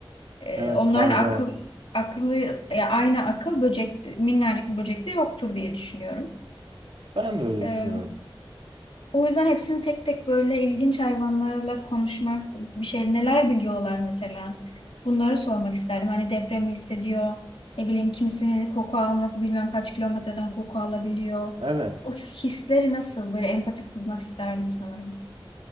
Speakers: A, on the left (about 80°); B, on the right (about 80°).
A: e,
B: Evet
A: onların
B: karga.
A: akıl akıllı ya aynı akıl böcek minnacık bir böcekte yoktur diye düşünüyorum.
B: Ben de öyle
A: E,
B: düşünüyorum.
A: o yüzden hepsini tek tek böyle ilginç hayvanlarla konuşmak, bir şey neler biliyorlar mesela. Bunları sormak isterdim. Hani depremi hissediyor. Ne bileyim kimisinin koku alması bilmem kaç kilometreden koku alabiliyor.
B: Evet.
A: O hisleri nasıl böyle empati kurmak isterdim sanırım.